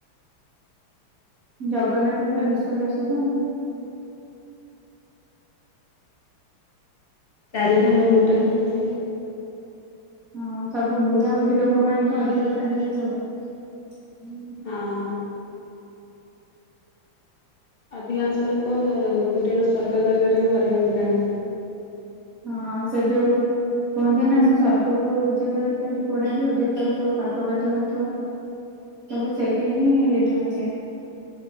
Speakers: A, on the right; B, on the left.
A: ଜଗନ୍ନାଥ ପୁରା ବିଶ୍ଵ ପ୍ରସିଦ୍ଧ
B: ଚାରି ଧାମ ରୁ ଗୋଟେ ଧାମ ସେ
A: ହଁ ସବୁ ବୁଢାବୁଢୀ ଲୋକମାନୋନେ ତ ଅଧିକ ଯାଆନ୍ତି ଦେଖିବା କରି
B: ହଁ ଅଧିକାଂଶ ଲୋକ ପୁରୀର ସ୍ୱର୍ଗ ଦ୍ୱାରା ରେ ହିଁ ମରିବାକୁ ଯାଆନ୍ତି
A: ହଁ ସେଠୁ କହନ୍ତି ନା ସ ସ୍ୱର୍ଗକୁ ଯିବ କୋଡା ଯିବ ଯେତେ ସବୁ ପାପ କାର୍ଯ୍ୟ କରିଥିବ ସବୁ ସେଇଠି ହିଁ ଲିମ୍ନ ହେଇଯାଏ।